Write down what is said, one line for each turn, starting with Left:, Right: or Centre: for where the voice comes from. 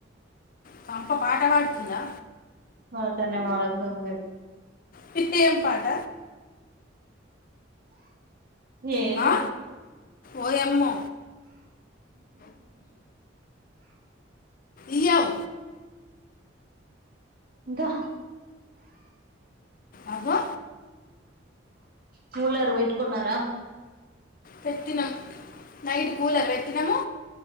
Left: చంప పాఠపాడు ఇన్నా
Right: పాటనే పడుతడులే
Left: త్తయం పాట
Right: ఏమో
Left: ఆ? ఓయమ్మో ఇయ్యం
Right: దహ
Left: అబ్బో
Right: కూలర్ పెట్టుకున్నార
Left: పెట్టిన నైట్ కూలర్ పెట్టినము